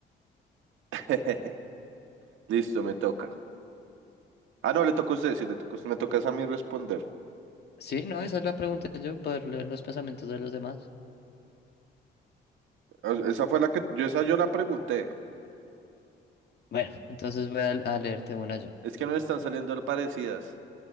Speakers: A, on the right; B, on the left.
A: <laughs> Listo, me toca. Ah, no, le toca a usted, sí, le toca a usted, me toca es a mí responder.
B: Sí, no, esa es la pregunta yo, poder leer los pensamientos de los demás.
A: Ah, Esa fue la que, yo esa yo la pregunté.
B: Bueno, entonces voy a, a leerte una yo.
A: Es que no están saliendo parecidas.